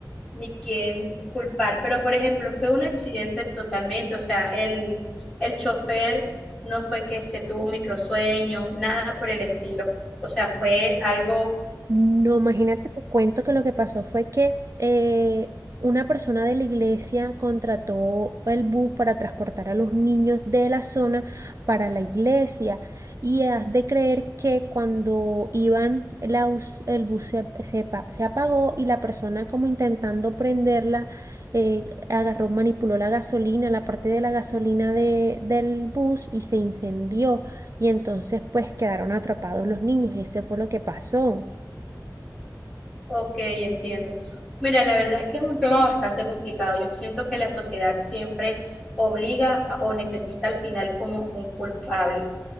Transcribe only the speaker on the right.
No, imagínate, te cuento que lo que pasó fue que eh, una persona de la iglesia contrató el bus para transportar a los niños de la zona para la iglesia. Y has de creer que cuando iban, el, aus- el bus se, se pa- se apagó y la persona como intentando prenderla, eh, agarró, manipuló la gasolina, la parte de la gasolina de- del bus y se incendió. Y entonces pues quedaron atrapados los niños. Ese fue lo que pasó.